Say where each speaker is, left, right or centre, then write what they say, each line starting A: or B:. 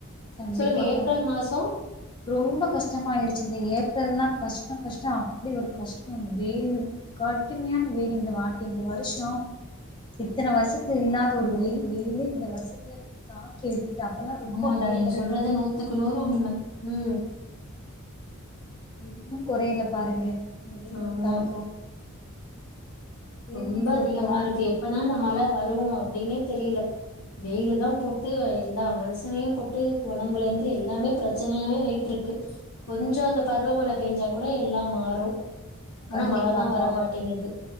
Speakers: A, on the left (about 20°); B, on the left (about 70°).
A: கண்டிப்பாக்க
B: சொல்லுங்க ஏப்ரல் மாசோ
A: ரொம்ப கஷ்டமா ஆயிருச்சு இந்த ஏப்ரல்லா கஷ் <unintelligible> கஷ்டம் அப்டி ஒரு கஷ்டம் வெயில் கட்டுமையான வெயில் இந்த வாட்டி இந்த வருஷ இத்தன வருஷத்துல இல்லாத ஒரு வெயில் வெயிலு இந்த வருஷத்துல தாக்கி எடுக் அப்பல்ல ரொம்ப
B: ஆமாண்டா
A: வயிறு
B: நீங்க சொல்றது நூத்துக்கு நூறு உண்ம உ
A: இன்னு குறையில பாருங்க இந்த வெயிலோட
B: ஆமா
A: தாக்கோ பிள்ளைகளையு
B: ரொம்ப
A: போட்டு
B: அதிகமா
A: வாட்டி
B: இருக்கு எப்பதா இந்த மழ வரும் அப்டின்னே தெரியல வெயில தா போட்டு எல்லா மனுஷனையு போட்டு ஒடம்புல இருந்து எல்லாமே பிரச்சனயாவே ஆயிட்ருக்கு கொஞ்சோ அந்த பருவ மழ பெஞ்சா கூட எல்லா மாறு ஆனா
A: கண்டிப்பாக்கா
B: மழதா வரமாட்டேங்குது